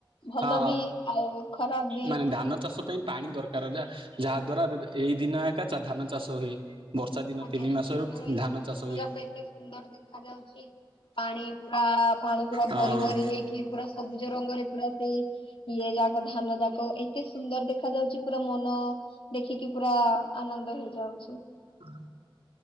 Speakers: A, on the left; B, on the right.
A: ଭଲ
B: ହଁ
A: ବି ଆଉ ଖରାପ ବି।
B: ମାନେ ଧାନ ଚାଷ ପାଇଁ ପାଣି ଦରକାର ଯା ଯାହା ଦ୍ଵାରା ଏଇ ଦିନ ଏକା ଧାନ ଚାଷ ହୁଏ। ବର୍ଷା ଦିନ
A: ଆଜ୍ଞା
B: ତିନି
A: ଆଜ୍ଞା
B: ମାସରୁ
A: ଆମର ଏଇ
B: ଧାନ
A: ଯୋଉ କ୍ଷେତ
B: ଚାଷ ହୁଏ।
A: ଯାକ ଏତେ ସୁନ୍ଦର ଦେଖା ଯାଉଛି, ପାଣି ପୁରା ପାଣି ପୁରା
B: ହଁ
A: ଭରି ଭରି ହେଇକି ପୁରା ସବୁଜ ରଙ୍ଗରେ ପୁରା ଯୋଉ ଇଏ ଯାକ ଧାନ ଯାକ ଏତେ ସୁନ୍ଦର ଦେଖା ଯାଉଛି ପୁରା ମନ ଦେଖିକି ପୁରା ଆନନ୍ଦ ହେଇଯାଉଛି।
B: <unintelligible>